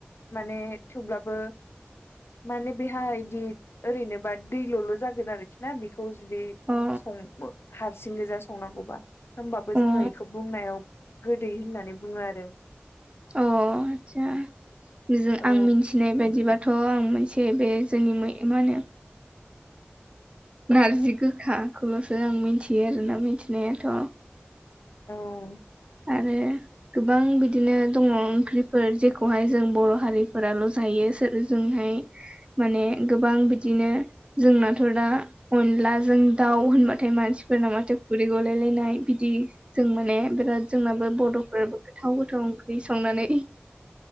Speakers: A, on the left; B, on the right.
A: माने थेवब्लाबो माने बेहााय बिदि ओरैनोबा दैल'ल' जागोन आरोखि ना बेखौ जुदि
B: अ
A: सं हारसिं गोजा संनांगौबा होमबाबो
B: अ
A: जोंङो बेखौ बुंनायाव गोदै होननानै बुंङो आरो
B: अ आदसासा
A: औ
B: आं मिथिनाय बायदिबा आं मोनसे बे जोंनि मै मा होनो नारजि गोखाखौल'सो आं मिथियो आरोना मिथिनायाथ'
A: औ
B: आरो गोबां बिदिनो दंङो ओंख्रिफोर जेखौहाय जों बर' हारिफोराल' जायो सोर ओ जोंहाय माने गोबां बिदिनो जोंनाथ' दा अनलाजों दाउ होनबाथाय मानसिफोरना माथो खुरै गलायलायनाय बिदि जों माने बिराद जोंनाबो बड'फोराबो गोथाव गोथाव ओं ख्रि संनानै